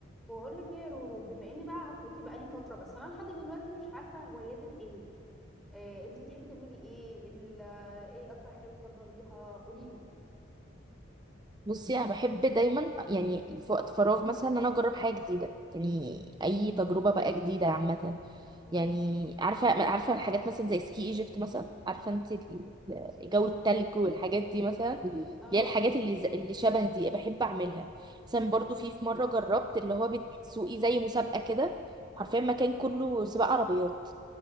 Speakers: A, in the centre; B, on the right.
A: بقول لك ايه يا رورو بما اني بقى عارفاكي بقالي فتره بس انا لحد دلوقتي مش عارفه هواياتك ايه آه، انت بتحبي تعملي ايه ال- آه، ايه اكتر حاجه بتفضليها قولي لي
B: بصي انا بحب دايما يعني في وقت فراغ مثلا ان انا اجرب حاجه جديده يعني اي تجربه بقى جديده عامه
A: مم.
B: يعني عارفه عارفه الحاجات مثلا زي سكي ايجيبت مثلا عارفه انت ال- جو التلج والحاجات دي مثلا اللي
A: اه
B: هي الحاجات اللي ز- اللي شبه دي بحب اعملها مثلا برضو في في مره جربت اللي هو بتسوقي زي مسابقه كده حرفيا
A: هم؟
B: مكان كله سباق عربيات